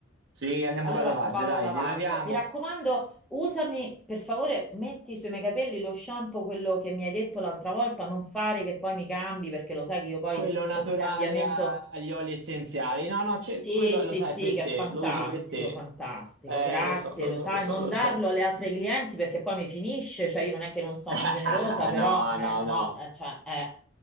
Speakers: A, on the right; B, in the centre.
A: Sì, andiamo
B: Allora
A: al lavaggio,
B: vado
A: dai,
B: al lavaggio.
A: li laviamo.
B: Mi raccomando, usami, per favore, metti sui miei capelli lo shampoo, quello che mi hai detto l'altra volta, non fare che poi mi cambi, perché lo sai che io poi
A: Quello naturale
B: ogni cambiamento...
A: a- agli oli essenziali. No, no, c'è-
B: Sì,
A: quello
B: sì,
A: lo sai
B: sì,
A: è per
B: che
A: te,
B: è fantastico,
A: lo uso per te.
B: fantastico,
A: Eh,
B: grazie,
A: lo so, lo
B: lo
A: so,
B: sai,
A: lo so,
B: non
A: lo
B: darlo
A: so.
B: alle altre clienti perché poi mi finisce, cioè io non è che non sono
A: <laughs>
B: generosa, però,
A: No,
B: eh,
A: no,
B: no,
A: no.
B: eh, cioè, eh,